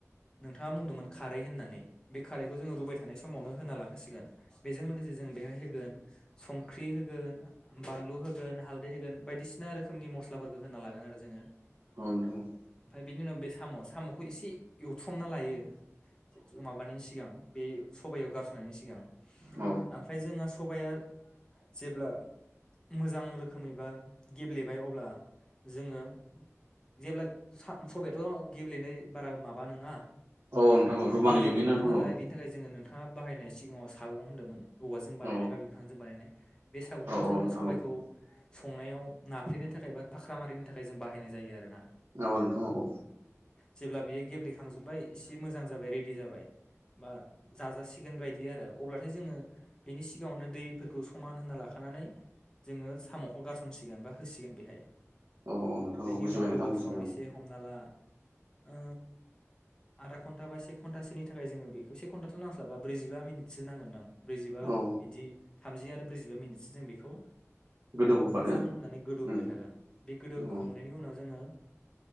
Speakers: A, on the left; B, on the right.
A: नोंथाङा बुंदोंमोन खारै होननानै बे खारैखौ जोङो रुबाय थानाय समावनो होना लाखासिगोन। बेजों लोगोसे जों बेहाय होगोन संख्रि होगोन बानलु होगोन हालदै होगोन बायदिसिना रोखोमनि मस्लाफोरखौ होना लागोन आरो जोङो।
B: औ नोंथां औ
A: बिनि उनाव बे साम' साम'खौ एसे एउथुब हमना लायो माबानि सिगां बे सबायाव गारसोननायनि सिगां
B: औ
A: ओमफ्राय जोङो <inaudible> जेब्ला मोजां रोखोमै बा गेब्लेबाय अब्ला जोङो जेब्ला सबायाथ' गेब्लेनाय बारा माबा नङा
B: औ नोंथां औ रुबानो
A: गोरलैबो
B: गेब्लेयोना
A: नङा
B: नोंथां
A: नालाय
B: औ
A: बिनि थाखाय जोङो नोंथाङा बाहायनाय सिगाङाव थागौ होनदोंमोन औवा
B: औ
A: बानायनाय बा बिफांजों बानायनाय बे सागंखौ
B: औ
A: जोङो
B: नोंथां
A: सबायखौ
B: औ
A: संनायाव नाफ्रेनो थाखाय बा फाख्रा मारिनि थाखाय जों बाहायनाय जायो जायो आरोना
B: औ नोंथां औ
A: जेब्ला बियो गेब्लेखांजोब्बाय एसे मोजां जाबाय रेडि जाबाय बा जाजासिगोन बायदि आरो अब्लाथाय जोङो बेनि सिगाङावनो दैफोरखौ समान होना लाखानानै जोङो साम'खौ गारसनसिगोन बा होसिगोन बेहाय
B: औ नोंथां
A: बेनि
B: औ बुजिबाय
A: उनाव
B: नोंथां
A: गोबाव
B: बुजिबाय
A: सम
B: औ
A: एसे हमना ला ओ <inaudible> घन्टा बा से घन्टासोनि थाखाय जोङो बे बे से घन्टाथ' नांस्लाबा ब्रैजिबा मिनिटसो नांगोन ब्रैजिबा बिदि
B: औ
A: थामजि आरो ब्रैजिबा मिनिटसो जों बेखौ
B: गोदौ होबानो
A: अर मोजां होननानै गोदौ
B: उम
A: होबाय थागोन बे गोदो
B: औ
A: होखांनायनि उनाव जोङो